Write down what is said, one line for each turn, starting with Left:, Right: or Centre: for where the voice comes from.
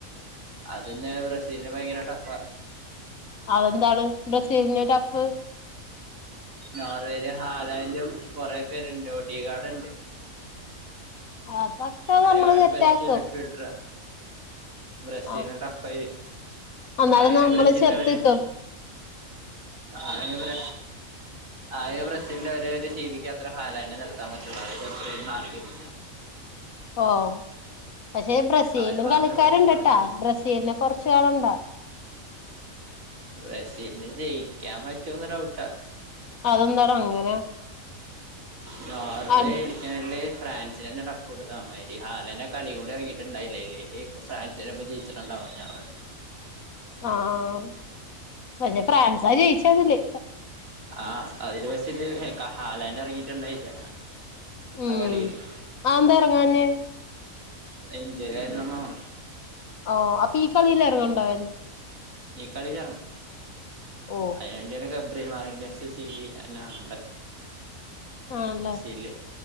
Right: അതിന്ന് ബ്രസീലിന് ഭയങ്കര ടഫാ-
Left: അതെന്താണ് ബ്രസീലിന് ടഫ്?
Right: നോർവേയില് ഹാലണ്ടും കൊറേ പേരുണ്ട് ഒടികാട്ണ്ട്.
Left: അതൊക്കെ
Right: ഓഡികാർഡ്
Left: നമ്മള് സെറ്റാക്കും.
Right: ബെസ്റ്റ് മിഡ്ഫീൽഡറാ ബ്രസീലിന്
Left: ആ
Right: ടഫായിരിക്കും
Left: എന്നാലും
Right: ആകെ
Left: നമ്മള്
Right: ബ്രസീലിന്റെ
Left: ചെറുത്ത്ക്കും
Right: ഒര് ആകെ ബ്ര ആകെ ഒരു ബ്രസ്സിലിന്റെ ഒരുര് ജീവിക്കക്ക് അത്ര ഹാലണ്ടിന്നെ നിർത്താൻ പറ്റുള്ളാണ് ഇത് എത്ര <inaudible>
Left: ഓഹ് പക്ഷെ ബ്രസീലും
Right: അവനെ മാത്രമേ
Left: കളിക്കാരുണ്ടട്ടാ
Right: പിടിച്ചെക്കാൻ പറ്റൂ
Left: ബ്രസീലിനെ കൊറച്ചു കാണണ്ടാ.
Right: ബ്രസീലിന് ജയിക്കാൻ പറ്റോന്ന് ഡൗട്ടാ
Left: അതെന്താടോ അങ്ങനെ?
Right: നോർവേടി
Left: ആ
Right: ഫ്രാൻസിനെന്നെ ടപ്പ് കൊടുത്താ മാതിരി ഹാലണ്ട് ആ കളി കൂടി ഇറങ്ങിട്ടുണ്ടായില്ല ഇല്ലേല് ഫ്രാൻ <unintelligible> സിന്റെപ്പം ജയിച്ചിട്ടുണ്ടാവും നോർ
Left: ആഹ് പക്ഷെ ഫ്രാൻസാ ജയിച്ചതില്.
Right: ആഹ് അതില് വെച്ചത് ഹാലണ്ട് ഇറങ്ങിട്ടുണ്ടായില്ല
Left: ഉം
Right: ആഹ് കളിയില്-
Left: അതെന്താ എറങ്ങാഞ്ഞെ
Right: ഇഞ്ചേക്കെര്ന്ന് തോന്നണേ-
Left: ഓഹ് അപ്പൊ ഈ കളിയിലറങ്ങണ്ടോ അവൻ?
Right: ഈ കളിയിൽ എറങ്ങും.
Left: ഓ
Right: അതിന് വേണ്ടി ഗബ്രി <unintelligible>
Left: ആണല്ലേ
Right: ബ്രസീല്